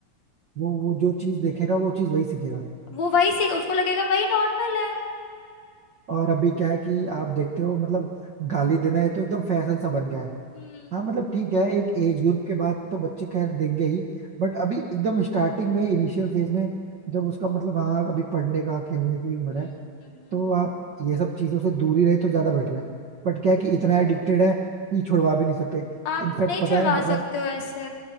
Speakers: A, on the right; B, on the left.
A: वो वो जो चीज देखेगा वो चीज वही सीखेगा
B: वो वही सीख उसको लगेगा वही नॉर्मल है
A: और अभी क्या है कि आप देखते हो मतलब गाली देना है तो एकदम फैशन सा बन गया
B: हम्म,
A: है हाँ मतलब ठीक है एक एज ग्रुप के बाद तो बच्चे खैर देंगे ही बट अभी
B: हम्म,
A: एकदम स्टार्टिंग में इनिशियल फेज में जब उसका मतलब हाँ अभी पढ़ने का खेलने की उम्र
B: हम्म,
A: है
B: हम्म।
A: तो आप ये सब चीजों से दूरी रहे तो ज्यादा बेटर है बट क्या है कि इतना एडिक्टेड है कि छुड़वा भी नहीं सकते
B: आप
A: इनफैक्ट
B: नहीं
A: पता
B: छुड़वा
A: है मतलब
B: सकते हो ऐसे